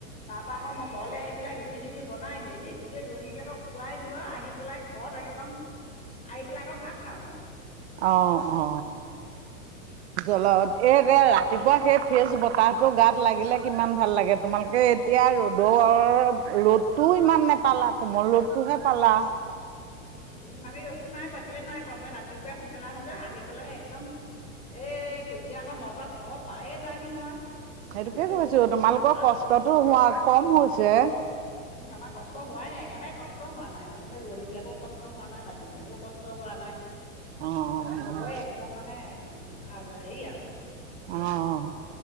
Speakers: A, on the left; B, on the right.
A: তাৰ পৰা আকৌ মই ঘৰলৈ আহি পেলাই। ৰুটি চুটি বনাই মেলি গোটেই ৰোৱজনীবিলাকক খোৱাই দিওঁ আৰু আহি। পেলাই ঘৰত একদম আহি পেলাই আকৌ ভাত খাওঁহি।
B: অ অ জল এই দে ৰা। ৰাতিপুৱা সেই ফ্ৰেচ বতাহটো গাত লাগিলে কিমান ভাল লাগে তোমালোকে- এতিয়া ৰ'দৰ ৰ'দটোও ইমান নেপালা কোমল ৰ'দটোহে পালা।
A: উম আমি ৰ'দতো নাই পোৱা্ এক কেলে নাই পোৱা মানে ৰাতিপুৱাই সোনকালে হ'ল যে আহি পেলাই একদম এই তেতিয়া আকৌ নটাত ঘৰ পায়ে যায়হি নহয়। সেইকাৰণে
B: সেইটোকে
A: আমি
B: কৈছো
A: ৰ'দটো বৰকৈ
B: তোমালোকৰ
A: নাপাওঁৱেই
B: কষ্টতো হোৱা কম হৈছে।
A: উম আমাৰ কষ্ট হোৱাই নাই একেবাৰে কষ্ট হোৱা নাই আও, মানে ৰোৱনী বিলাকও কষ্ট হোৱা নাই বাকী বিলাকও কষ্ট হোৱা নাই
B: অ অ
A: চবৰে একদম মানে উ আ হেৰি আও
B: অঁ